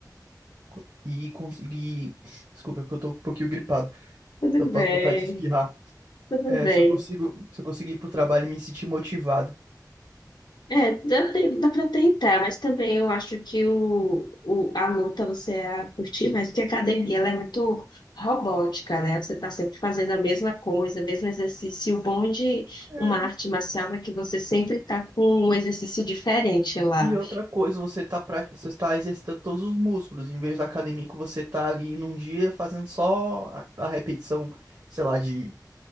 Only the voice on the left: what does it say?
Tudo
bem,
tudo
bem.
É, dá, tem- dá pra tentar, mas também eu acho que o, o, a luta você ia curtir mais, porque a academia ela é muito robótica, né? Você tá sempre fazendo a mesma coisa, o mesmo exercício. E O bom de
uma arte marcial é que você sempre tá com um exercício diferente lá.